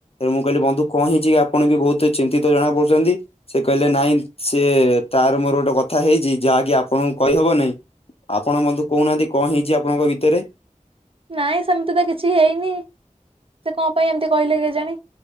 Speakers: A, on the left; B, on the right.
A: ମୁଁ କହିଲି ବନ୍ଧୁ କଣ ହେଇଛିି ଆପଣ ବି ବହୁତ ଚିନ୍ତିତ ଜଣାପଡୁଛନ୍ତି? ସେ କହିଲେ। ନାଇଁ ସିଏ ତାର ମୋର ଗୋଟେ କଥା ହେଇଛି, ଯାହାକି ଆପଣଙ୍କୁ କହିହବ ନାହିଁ? ଆପଣ ବନ୍ଧୁ କହୁନାହାନ୍ତି। କଣ ହେଇଛି ଆପଣଙ୍କ ଭିତରେ?
B: ନାଇଁ ସେମିତି ତ କିଛି ହେଇନି ସେ କଣ ପାଇଁ ଏମିତି କହିଲେ କେଜାଣି?